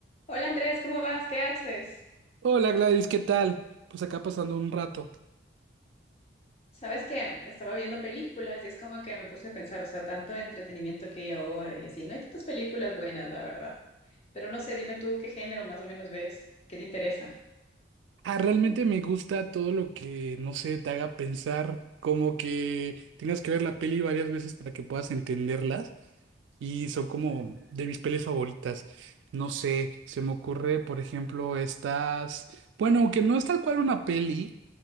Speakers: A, on the left; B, on the right.
A: Hola Andrés, ¿cómo vas? ¿Qué haces?
B: Hola Gladys, ¿qué tal? Pues acá pasando un rato.
A: Sabes que estaba viendo películas y es como que me puse a pensar, o sea, tanto entretenimiento que hay ahora y así. No hay tantas películas buenas, la verdad. Pero no sé, dime tú qué género más o menos ves, qué te interesa.
B: Ah, realmente me gusta todo lo que, no sé, te haga pensar, como que tengas que ver la peli varias veces para que puedas entenderlas y son como de mis pelis favoritas. No sé, se me ocurre, por ejemplo, estas, bueno, aunque no es tal cual una peli,